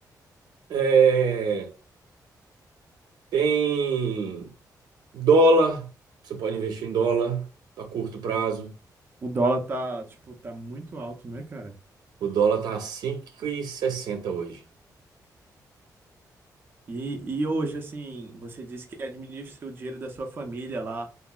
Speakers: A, on the right (about 80°); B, on the right (about 30°).
A: é, tem Dólar, você pode investir em dólar para curto prazo.
B: O dólar tá, tipo, tá muito alto, né, cara?
A: O dólar tá a sessenta hoje.
B: E, e hoje, assim, você disse que administra o dinheiro da sua família lá.